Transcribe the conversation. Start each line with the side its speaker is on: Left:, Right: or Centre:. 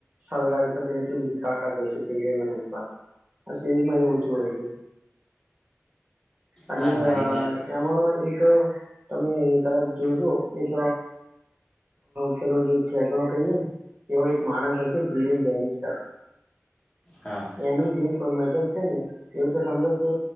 Right: સળગાવી શકે એટ બધું કાકાય છે ડ્રેગી એ હોય છે હ અને
Left: હા મારી પાસે
Right: એમાં એક તો તમે કદાચ જોજો એક પેલો જે કહીએ ને એવો એક માણસ હશે
Left: હા
Right: <unintelligible> એનું જે પણ મગજ છે ને એવું તો સમજો તો